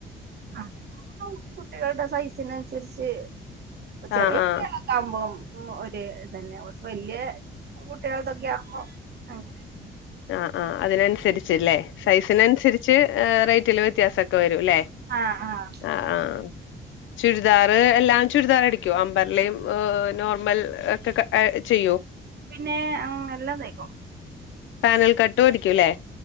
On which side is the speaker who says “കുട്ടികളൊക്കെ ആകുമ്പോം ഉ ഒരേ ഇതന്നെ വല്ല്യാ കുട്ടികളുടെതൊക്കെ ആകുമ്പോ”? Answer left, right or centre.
Right